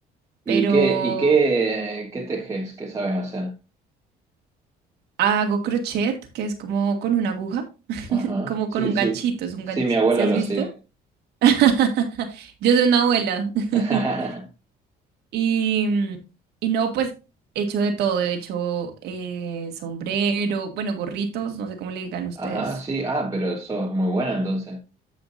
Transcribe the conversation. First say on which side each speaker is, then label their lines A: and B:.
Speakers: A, on the right; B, on the right.
A: ¿Y
B: pero
A: qué, y qué, qué tejes? ¿Qué sabes hacer?
B: hago crochet, que es como con una aguja,
A: Ajá,
B: como
A: sí,
B: con un
A: sí.
B: ganchito, es un
A: Sí,
B: ganchito.
A: mi abuela
B: ¿Sí has
A: lo
B: visto?
A: hacía.
B: <laughs> Yo soy una abuela. <laughs>
A: <laughs>
B: Y, mm, y no, pues he hecho de todo, he hecho eh, sombrero, bueno, gorritos, no sé cómo le digan ustedes.
A: Ajá, sí. Ah, pero sos muy buena entonces.